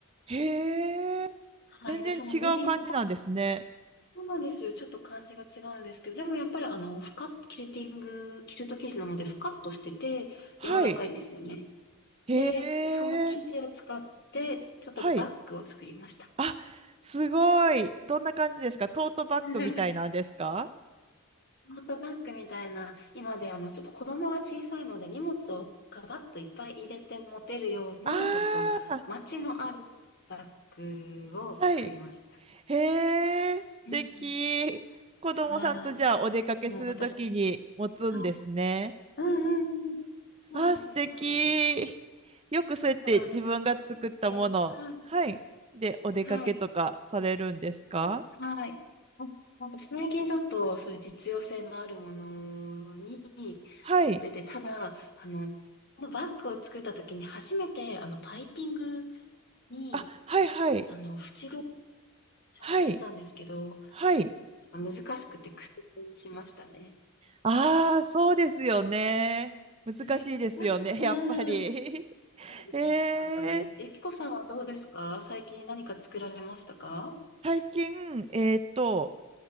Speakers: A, on the right (about 25°); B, on the left (about 45°).
A: へえ。
B: はい。
A: 全然違う感じなんですね。
B: で、そのヌビの、そうなんですよ。ちょっと感じが違うんですけど、でもやっぱりあの、ふかっ、キルティング、キルト生地なので、ふかっとしてて、
A: はい。
B: 柔らかいんですよね。
A: へえ。
B: で、その生地を使って、ちょっとバッグを作りました。
A: はい。あ、すごい。どんな感じですかトートバッグみたいなんですか
B: <laughs> トートバッグみたいな、今であの、ちょっと子供が小さいので荷物をガバッといっぱい入れて持てるような、
A: ああー、
B: ちょっと街のあるバッグを作りました。
A: はい。へえ、素敵。
B: うん
A: 子供さんとじゃあお出かけするときに持つんですね。
B: うん。はい。でも私はい。うんうんうん。そうなんですそうなんです。
A: あー、素敵。よくそうやって自分が作ったもの、
B: ただ私初めてはい、
A: はい。で、お出かけとかされるんですか
B: はい、はい。なんか最近ちょっとそういう実用性のあるものに
A: はい。
B: 凝ってて、ただ、あの、このバッグを作った時に初めてあの、パイピングに、
A: あ、はいはい。
B: あの、縁取り挑戦したんですけど、
A: はい。はい。
B: ちょっと難しくて苦戦しましたね。
A: ああ、そうですよね。難しいですよね、
B: <laughs> うーん、
A: やっぱり。
B: 恥ずかしかったです。
A: えー、
B: ゆきこさんはどうですか？最近何か作られましたか？
A: 最近、えっと、